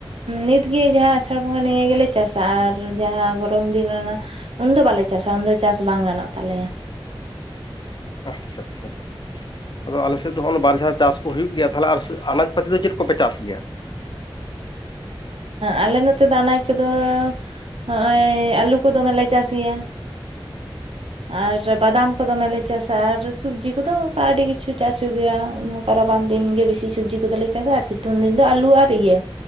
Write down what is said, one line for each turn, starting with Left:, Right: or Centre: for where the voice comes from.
Right: ᱱᱤᱛᱜᱮ ᱡᱟᱦᱟᱸ ᱟᱥᱟᱲ ᱵᱚᱸᱜᱟ ᱱᱤᱭᱟᱹ ᱜᱮᱞᱮ ᱪᱟᱥᱟ ᱟᱨ ᱡᱟᱦᱟᱸ ᱜ ᱯᱚᱨᱚᱢ ᱫᱤᱱ ᱨᱮᱱᱟᱜ ᱩᱱᱫᱚ ᱵᱟᱞᱮ ᱪᱟᱥᱟ ᱩᱱᱫᱚ ᱪᱟᱥ ᱵᱟᱝ ᱜᱟᱱᱚᱜ ᱛᱟᱞᱮᱭᱟ᱾
Left: ᱟᱪᱪᱷᱟ ᱟᱪᱪᱷᱟ ᱟᱫᱚ ᱟᱞᱮ ᱥᱮᱫ ᱫᱚᱜᱼ ᱵᱟᱨ ᱡᱟᱦᱟᱸ ᱪᱟᱥ ᱠᱚ ᱦᱩᱭᱩᱜ ᱜᱮᱭᱟ᱾ ᱛᱟᱦᱚᱞᱮ ᱟᱨ ᱟᱱᱟᱡᱽ ᱯᱟᱛᱤ ᱫᱚ ᱪᱮᱫ ᱠᱚᱯᱮ ᱪᱟᱥ ᱜᱮᱭᱟ?
Right: ᱟᱞᱮ ᱱᱚᱛᱮ ᱫᱚ ᱟᱱᱟᱡ ᱠᱚᱫᱚ ᱦᱚᱜᱼᱚᱭ ᱟᱹᱞᱩ ᱠᱚ ᱫᱚᱢᱮᱞᱮ ᱪᱟᱥ ᱜᱮᱭᱟ᱾ ᱟᱨ ᱵᱟᱫᱟᱢ ᱠᱚ ᱫᱚᱢᱮᱞᱮ ᱪᱟᱥᱟ ᱟᱨ ᱥᱚᱵᱡᱤ ᱠᱚᱫᱚ ᱚᱱᱠᱟ ᱟᱹᱰᱤ ᱠᱤᱪᱷᱩ ᱪᱟᱥ ᱦᱩᱭᱩᱜ ᱜᱮᱭᱟ᱾ ᱨᱟᱵᱟᱝ ᱫᱤᱱ ᱜᱮ ᱵᱮᱥᱤ ᱥᱚᱵᱡᱤ ᱠᱚᱫᱚᱞᱮ ᱪᱟᱥᱟ ᱟᱨ ᱥᱤᱛᱩᱝ ᱫᱤᱱ ᱫᱚ ᱟᱞᱩ ᱟᱨ ᱤᱭᱟᱹ